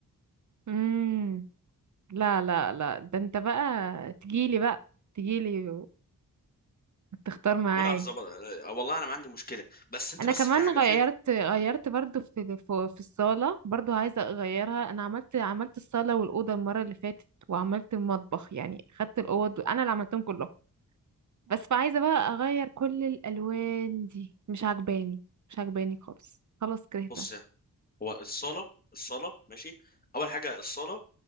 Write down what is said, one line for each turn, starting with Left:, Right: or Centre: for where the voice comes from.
Right: امم لا لا لا ده انت بقى تجيلي بقى تجيلي وتختار معايا
Left: وانا هظبط والله انا ما عندي مشكله بس انت
Right: انا
Left: بس
Right: كمان
Left: في حاجه
Right: غيرت
Left: في
Right: غيرت برضو في في في الصالة برضو عايزة اغيرها انا عملت عملت الصالة والأوضة المرة اللي فاتت وعملت المطبخ يعني خدت الأوض انا اللي عملتهم كلهم بس عايزة بقى اغير كل الالوان دي مش عجباني مش عجباني خالص خلاص كرهتها
Left: بص هو الصاله الصاله ماشي اول حاجه الصاله